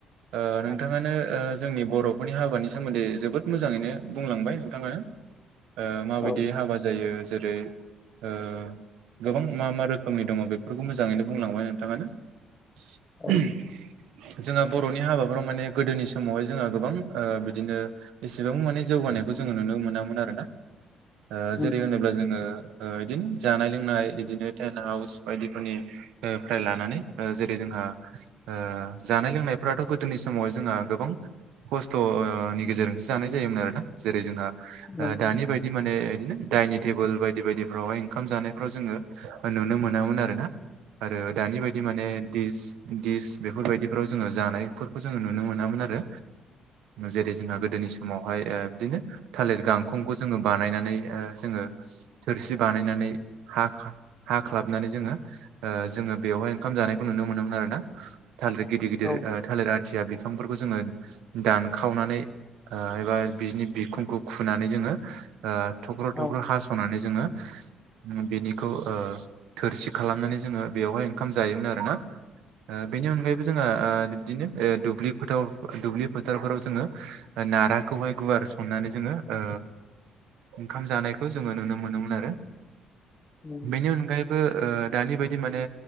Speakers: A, on the right (about 85°); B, on the left (about 20°).
A: ओ
B: औ
A: नोंथाङानो ओ जोंनि बर'फोरनि हाबानि सोमोन्दै जोबोद मोजाङैनो बुंलांबाय नोंथांङा।
B: <inaudible>
A: ओ माबायदि
B: औ
A: हाबा जायो जेरै ओ गोबां मा मा रोखोमनि दङ बेफोरखौ मोजाङैनो बुंलांबाय नोंथाङानो <unintelligible>
B: औ
A: जोंहा बर'नि हाबाफोराव माने गोदोनि समावहाय जोंहा गोबां ओ बिदिनो एसेबां माने जौगानायखौ जोङो नुनो मोनामोन आरो ना ओ
B: उम
A: जेरै होनोब्ला जोङो ओ <unintelligible> जानाय लोंनाय बिदिनो टेन हाउस बायदिफोरनि <unintelligible> लानानै ओ जेरै जोंहा ओ जानाय लोंनायफ्राथ' गोदोनि समावहाय जोंहा गोबां खस्थ'ओ नि गेजेरजों जानाय जायोमोन आरोना जेरै जोंहा
B: नंगौ
A: ओ दानि बाय इ माने बिदिनो दाइनिं टेबोल बायदि बायदिफ्रावहाय ओंखाम जानायफ्राव जोङो नुनो मोनामोन आरो ना। आरो दानि बायदि माने दिस दिस बेफोरबायदिफ्राव जोङो जानायफोरखौ जोङो नुनो मोनामोन आरो जेरै जोंहा गोदोनि समावहाय ओ बिदिनो थालिर गांखंखौ जोङो बानायनानै ओ जोङो थोरसि बानायनानै हाखा हाख्लाबनानै जोङो ओ जोङो बेवहाय खाम जानायखौ नुनो मोनोमोन आरो ना थालिर गिदिर गिदिर
B: औ
A: ओ थालिर आथिया बिफांफोरखौ जोङो दानखावनानै आ एबा बिनि बिखुंखौ खुनानै जोङो ओ थख्र' थख्र'
B: औ
A: हास'नानै जोङो बेनिखौ ओ थोरसि खालामनानै जोङो बेवहाय ओंखाम जायोमोन आरोना। ओ बिनि अनगायैबो
B: नंगौ
A: जोङो ओ बिबदिनो ओ दुब्लि फोथार दुब्लि फोथारफोराव जोङो नाराखौहाय गुवार सन्नानै जोङो ओ ओंखाम जानायखौ जोङो नुनो मोनोमोन आरो।
B: नंगौ
A: बेनि अनगायैबो ओ दानि बायदि माने